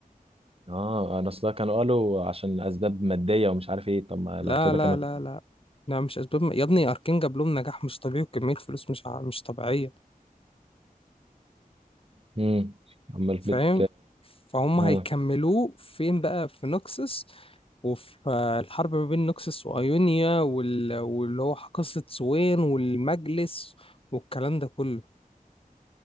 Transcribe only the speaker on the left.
لا
لا
لا لا لا مش اسباب يا ابني اركين جاب لهم نجاح مش طبيعي وكمية فلوس مش ع- مش طبيعية
فاهم
فهم
هيكملوه فين بقى في نوكسس وفي آه، الحرب ما بين نوكسس وأيونيا وال... واللي هو قصة سوين والمجلس والكلام ده كله